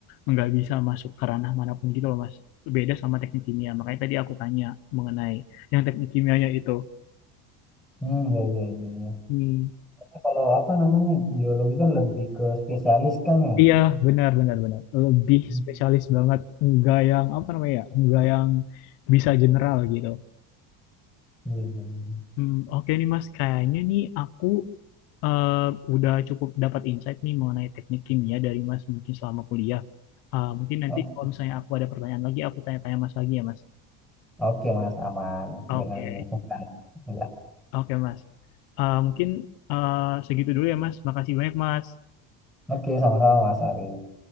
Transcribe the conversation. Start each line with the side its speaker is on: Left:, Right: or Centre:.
Left: nggak bisa masuk ke ranah manapun gitu loh, Mas. Beda sama teknik kimia. Makanya tadi aku tanya mengenai yang teknik kimianya itu.
Centre: Hmm, iya, iya, iya. iya.
Left: Hmm.
Centre: Karena Kalau apa namanya, geologi kan lebih ke spesialis kan ya?
Left: Iya, benar, benar, benar. Lebih
Centre: Hmm,
Left: spesialis banget. Nggak yang, apa namanya ya, nggak yang bisa general gitu.
Centre: Iya, iya, iya.
Left: Hmm, oke nih, Mas. Kayaknya nih aku eh, udah cukup dapat insight nih mengenai teknik kimia dari Mas mungkin selama kuliah. Eh, mungkin nanti
Centre: O-
Left: kalau misalnya aku ada pertanyaan lagi, aku tanya-tanya Mas lagi ya Mas.
Centre: Oke, Mas, aman.
Left: Oke,
Centre: Jangan sungkan. Ya.
Left: Oke Mas. Eh, mungkin eh, segitu dulu ya Mas. Makasih banyak Mas.
Centre: Oke, sama-sama, Mas Ari.